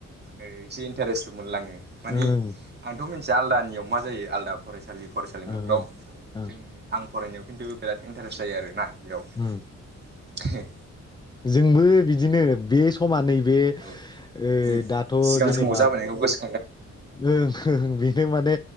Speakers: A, on the right (about 35°); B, on the left (about 15°).
A: ओ इसे इन्टारेस्टबो मोनलाय लाङो। मानि
B: ओं ओं
A: आंथ' मोनथिया आलदा याव मा जायो आलदा फरायसालि फरायसालिमाफ्राव
B: ओं ओं ओं
A: जों आं फरायनो खिन्थु बिराद इन्टारेस्ट जायो आरो ना बियाव एहै
B: ओं जोंबो बिदिनो बे समा नैबे
A: औ
B: ओ
A: नै
B: दाथ'
A: सिगां
B: जेनेबा
A: समाव जाबायनायखौ गोसो
B: ओं ओं बेनो माने